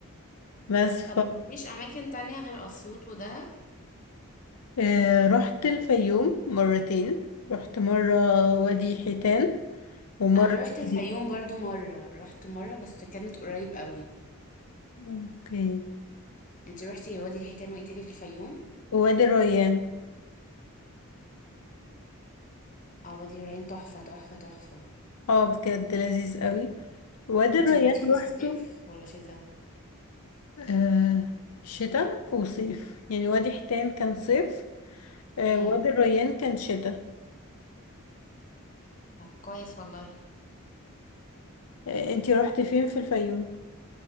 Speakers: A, on the left; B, on the left.
A: بس
B: طب ما فيش اماكن تانية غير اسيوط ودهب
A: آه، رحت الفيوم مرتين رحت مرة وادي حيتان ومرة
B: انا رحت الفيوم
A: وادي
B: برضو مره رحت مره بس كانت قريب قوي
A: اوكي
B: انتي رحتي وادي الحيتان وايه تاني في الفيوم
A: وادي الريان
B: اه وادي الريان تحفه تحفه تحفه
A: اه بجد لذيذ قوي وادي
B: انتي
A: الريان
B: رحتي في
A: روحته
B: الصيف ولا شتاء
A: آه شتاء وصيف يعني وادي حيتان كان صيف آه
B: امم
A: وادي الريان كان شتاء
B: طب كويس والله
A: آه انتي روحتي فين في الفيوم